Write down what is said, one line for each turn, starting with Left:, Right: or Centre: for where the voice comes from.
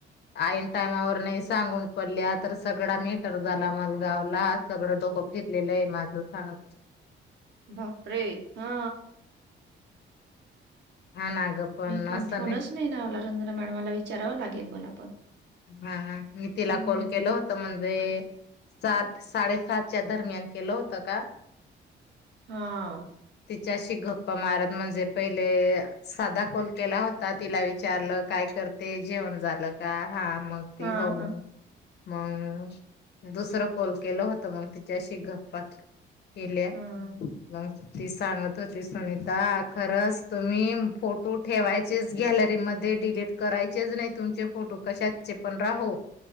Left: आईन टायमावर नाही सांगून पडल्या तर सगळा मेटर झाला मला गावला सगळं डोकं फिरलेलं आहे माझ सांगत
Right: बापरे हा
Left: हा ना ग
Right: मी पण
Left: असं
Right: फोनच नाही ना अवला रंजना मॅडमला विचार विचारावं लागेल मला पण.
Left: हा मी तिला
Right: हम्म.
Left: कॉल केला होता म्हणजे सात साडेसातच्या दरम्यान केलं होतं का?
Right: हां
Left: तिच्याशी गप्पा मारत म्हणजे पहिले साधा कॉल केेला होता. तिला विचारलं काय करते जेवण झाल का? हा मग ती
Right: हा
Left: हो म्हण
Right: हा
Left: मग दुसरं कोल केलं होतं. मग तिच्याशी गप्पात केल्या
Right: हा
Left: मंग ती सांगत होती सुनीता, खरंच तुम्ही फोटो ठेवायचेच गॅलरीमध्ये डिलीट करायचेच नाही तुमचे फोटो. कशाचे पण राहो.